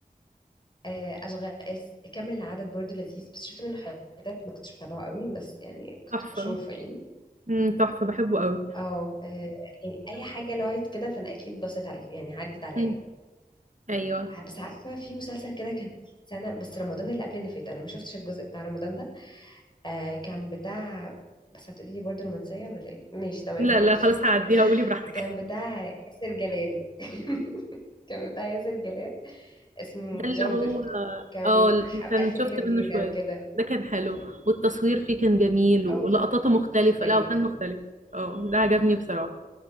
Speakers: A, on the left (about 30°); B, on the right (about 55°).
A: آه اشغال اس- كامل العدد برضو لذيذ بس شفت منه حتت ما كنتش بتابعه قوي بس يعني كنت
B: تحفه
A: بشوفه يعني
B: امم تحفة بحبه قوي
A: اه آه، يعني اي حاجة لايت كده فانا اكيد بصيت عليك يعني عدت عليا
B: مم. ايوه
A: بس عارفه في مسلسل كده كان سنه بس رمضان اللي قبل اللي فات انا ما شفتش الجزء بتاع رمضان ده آه كان بتاع بس هتقولي لي برضه رومانسيه ولا إيه؟ ماشي تمام
B: لا
A: هقول
B: لا خلاص هعديها
A: <laughs>
B: قولي براحتك
A: كان
B: <laughs>
A: بتاع ياسر جلال <laughs> كان بتاع ياسر جلال اسمه
B: ده
A: جودر
B: اللي هو
A: كان
B: اه
A: ح-
B: كان
A: ألف ليلة
B: شفت
A: وليلة
B: منه شوية
A: وكده
B: ده كان حلو والتصوير فيه كان جميل ولقطاته
A: اه كنت
B: مختلفة
A: حابة
B: لا
A: جدا
B: وكان مختلف اه ده عجبني بصراحة